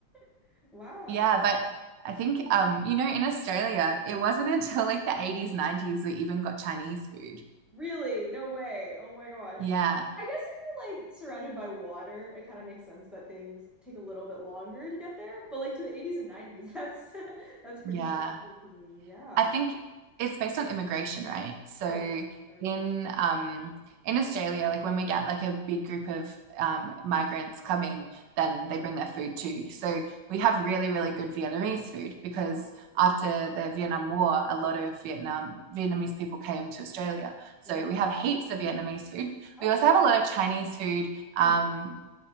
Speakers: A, in the centre; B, on the right (about 70°).
A: <laughs> wow.
B: yeah, but I think um, you know, in Australia, it wasn't <laughs> until like the 80s, 90s we even got Chinese food.
A: Really? No way. Oh my gosh.
B: Yeah.
A: I guess if you're like surrounded by water, it kind of makes sense that things take a little bit longer to get there. But like to the 80s and 90s, that's <laughs> that's pretty
B: Yeah.
A: surprising to me. Yeah.
B: I think it's based on immigration, right? So
A: Right. Or yeah.
B: in um in Australia, like when we get like a big group of um migrants coming, then they bring their food too. So we
A: Mhm.
B: have really, really good Vietnamese food because
A: Oh, yes.
B: after the Vietnam War, a lot of Vietnam Vietnamese people came to Australia. So
A: Right.
B: we have heaps of Vietnamese food.
A: Okay.
B: We also have a lot of Chinese food,
A: Mhm.
B: um